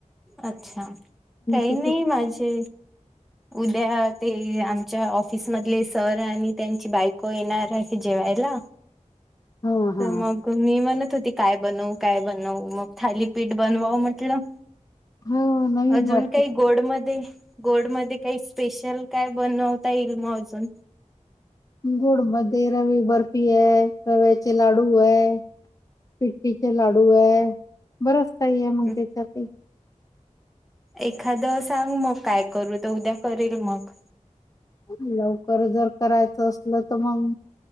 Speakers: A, in the centre; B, on the left.
A: अच्छा! काही
B: पैकी
A: नाही माझे उद्या ते आमच्या ऑफिस मधले सर आणि त्यांची बायको येणार आहे जेवायला. ह.
B: हा हा
A: हो मग मी मण होती काय बनवू, काय बनवू मग थालीपीठ बनवाव म्हटलं.
B: हो नवीन
A: अजून
B: वाटते
A: काही गोड मध्ये? गोड मध्ये काही स्पेशल काय बनवता येईल मग अजून
B: गोड मध्ये रवी बर्फी, आहे रव्याचे लाडू आहे. पिठठीचे लाडू आहे बरच काही आहे मग
A: हम्म
B: त्याच्यात
A: एखादं सांग मग काय करू तर उद्या करेल मग.
B: लवकर जर करायचं असलं तर मग.